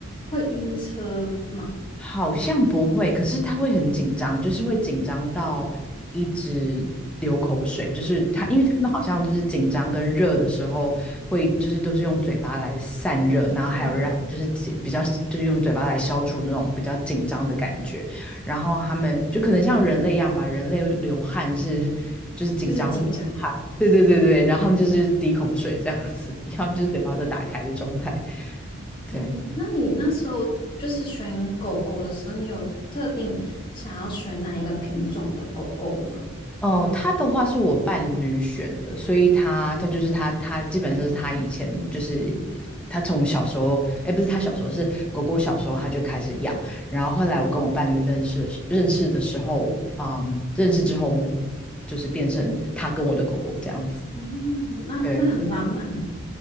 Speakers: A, on the left; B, in the centre.
A: 会晕车嘛？
B: 好像不会，可是他会很紧张，就是会紧张到一直流口水，就是他，
A: 哦，
B: 因为他们好像就是紧张跟热的时候会，
A: 嗯
B: 就是都是用嘴巴来散热，然后还有让就是紧比较就是用嘴巴来消除那种比较紧张的感觉，
A: 嗯，
B: 然后他们就可能像人类一样吧，人类流汗是就是紧张会流汗，
A: 就是紧张。
B: 对对对对，
A: 对对，
B: 然后他们就是滴口水这样子，<laughs> 他们就是嘴巴都打开的状态，对。
A: 嗯，那你那时候就是选狗狗的时候，你有特定想要选哪一个品种的狗狗吗？
B: 哦，他的话是我伴侣选的，所以他他就是他他基本上是他以前就是他从小时候，哎，不是他小时候，是狗狗小时候他就开始养，然后后来我跟我伴侣认识的时认识的时候，嗯，认识之后我们就是变成他跟我的狗狗这样子，
A: 嗯，那那很浪漫。
B: 对，